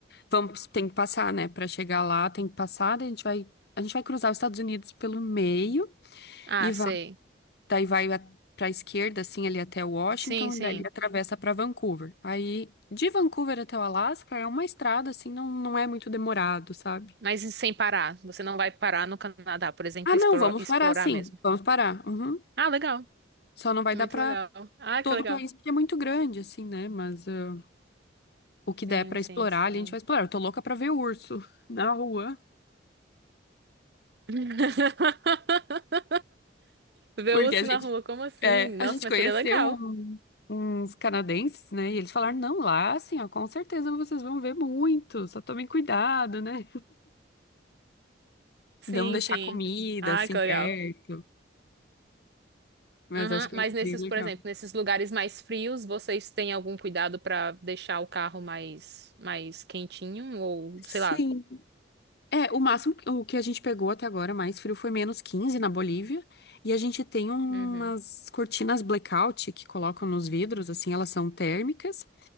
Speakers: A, on the left (about 55°); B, on the right (about 60°).
A: Vamos, tem que passar, né? Para chegar lá, tem que passar, daí a gente vai, a gente vai cruzar os Estados Unidos pelo meio
B: Ah,
A: e vai,
B: sei.
A: daí vai para a esquerda, assim, ali até Washington,
B: Sim, sim.
A: e daí atravessa para Vancouver. Aí, de Vancouver até o Alasca é uma estrada, assim, não, não é muito demorado, sabe?
B: Mas e sem parar. Você não vai parar no Canadá, por exemplo,
A: Ah, não,
B: explo-
A: vamos
B: explorar
A: parar, sim,
B: mesmo.
A: vamos parar. Uhum.
B: Ah, legal.
A: Só não vai
B: Muito
A: dar para
B: legal. Ah,
A: todo
B: que legal.
A: o país porque é muito grande, assim, né? Mas ah, o que
B: Sim,
A: der para
B: sim,
A: explorar,
B: sim.
A: ali a gente vai explorar. Eu tô louca para ver o urso <laughs> na rua.
B: <laughs> Ver
A: Porque
B: urso
A: a gente,
B: na rua, como assim?
A: é,
B: Nossa,
A: a gente
B: mas
A: conheceu
B: seria legal.
A: um- uns canadenses, né? E eles falaram, não, lá, assim, ó, com certeza vocês vão ver muito, só tomem cuidado, né?
B: Sim,
A: Não deixar
B: sim.
A: comida,
B: Ai,
A: assim,
B: que
A: perto.
B: legal.
A: Mas
B: Aham,
A: acho que
B: Mas
A: vai ser
B: nesses,
A: bem legal.
B: por exemplo, nesses lugares mais frios, vocês têm algum cuidado pra deixar o carro mais mais quentinho ou
A: Sim,
B: sei lá?
A: É, o máximo que- o que a gente pegou até agora mais frio foi menos 15 na Bolívia. E a gente tem umas
B: Uhum.
A: cortinas blackout que colocam nos vidros, assim, elas são térmicas.